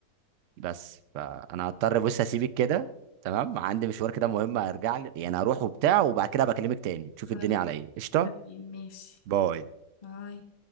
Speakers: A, on the right; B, on the left.
A: بس فانا هضطر بص اسيبك كده تمام عندي مشوار كده مهم هرجع لي يعني هروح وبتاع وبعد كده بكلمك تاني تشوف
B: خلاص
A: الدنيا على ايه قشطة
B: تمام، ماشي
A: باي
B: باي